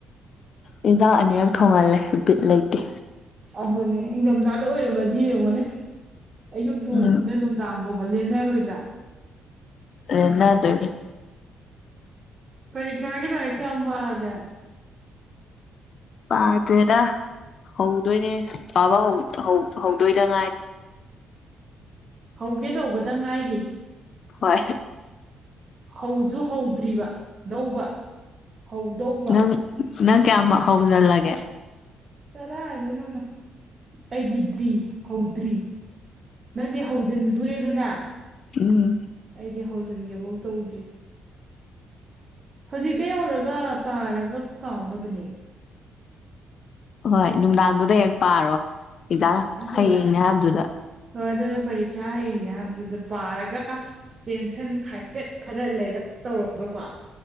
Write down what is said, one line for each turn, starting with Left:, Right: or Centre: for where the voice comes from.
Left: ꯍꯤꯟꯗꯥꯛ ꯑꯅꯤꯔꯛ ꯊꯣꯡꯍꯜꯂꯦ ꯕꯤꯠ ꯂꯩꯇꯦ
Right: ꯑꯗꯨꯅꯦ ꯏꯪꯗꯝꯗꯥꯗ ꯑꯣꯏꯔꯝꯃꯗꯤ ꯌꯦꯡꯉꯣꯅꯦ ꯑꯌꯨꯛ ꯊꯣꯡꯕꯅꯤꯅ
Left: ꯎꯝ
Right: ꯑꯗꯨꯝ ꯗꯥꯡ ꯕꯧꯕ ꯂꯦꯟꯅꯔꯣꯏꯗ꯭ꯔꯥ
Left: ꯂꯦꯟꯅꯗꯣꯏꯅꯤ
Right: ꯄꯔꯤꯈꯌꯥꯒꯤ ꯂꯥꯏꯔꯤꯛ ꯀꯌꯥꯝ ꯄꯥꯔꯥꯒꯦ
Left: ꯄꯥꯗ꯭ꯔꯦꯗ ꯍꯧꯗꯣꯏꯅꯦ ꯄꯥꯕ ꯍꯧ ꯍꯧ ꯍꯧꯗꯣꯏꯗ ꯉꯥꯏꯔꯤ
Right: ꯍꯧꯒꯦ ꯇꯧꯕꯗ ꯉꯥꯏꯔꯤ
Left: ꯍꯣꯏ
Right: ꯍꯧꯖꯨ ꯍꯧꯗ꯭ꯔꯤꯕ ꯗꯧꯕ ꯍꯧꯗꯧꯕ
Left: ꯅꯪ ꯅꯪ ꯀꯌꯥꯝ ꯍꯧꯖꯜꯂꯒꯦ
Right: ꯆꯔꯥꯏꯗꯩꯅꯣꯗ ꯑꯩꯗꯤ ꯗ꯭ꯔꯤ ꯍꯧꯗ꯭ꯔꯤ ꯅꯪꯗꯤ ꯍꯧꯖꯤꯟꯗꯣꯔꯦꯗꯅ
Left: ꯎꯝ
Right: ꯑꯩꯗꯤ ꯍꯧꯖꯟꯒꯦꯕꯧ ꯇꯧꯗ꯭ꯔꯤ ꯍꯧꯖꯤꯛꯇꯩ ꯍꯧꯔꯒ ꯄꯥꯔꯒ ꯀꯥꯎꯅꯕꯅꯦ
Left: ꯍꯣꯏ ꯅꯨꯡꯗꯥꯡꯗꯨꯗ ꯍꯦꯛ ꯄꯥꯔꯣ ꯑꯦꯛꯖꯥꯝ
Right: ꯍꯣꯏ
Left: ꯍꯌꯦꯡꯅꯦ ꯍꯥꯏꯕꯗꯨꯗ
Right: ꯍꯣꯏ ꯑꯗꯨꯅ ꯄꯔꯤꯈ꯭ꯌꯥ ꯍꯡꯅꯦ ꯍꯥꯏꯕꯗꯨꯗ ꯄꯥꯔꯒ ꯇꯦꯟꯁꯟ ꯍꯥꯏꯐꯦꯠ ꯈꯔ ꯂꯩꯔꯞ ꯇꯧꯔꯒꯀꯣ